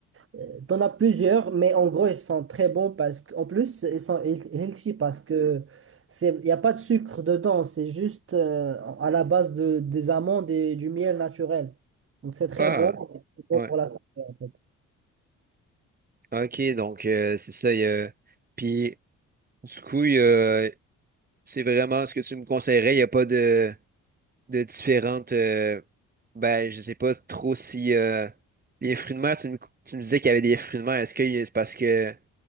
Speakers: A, on the right; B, on the right.
A: euh, t'en as plusieurs, mais en gros, ils sont très bons parce qu'en plus, ils sont heal- healthy parce que c'est, il n'y a pas de sucre dedans, c'est juste euh, à la base de, des amandes et du miel naturel. Donc, c'est très
B: ah
A: bon, c'est bon
B: ouais,
A: pour la santé, en fait.
B: ok, donc euh, c'est ça. il Y a... Puis du coup, il y a- c'est vraiment ce que tu me conseillerais. Il y a pas de de différentes. euh, Ben, je sais pas trop si euh, les fruits de mer. Tu me tu me disais qu'il y avait des fruits de mer. Est-ce que y- c'est parce que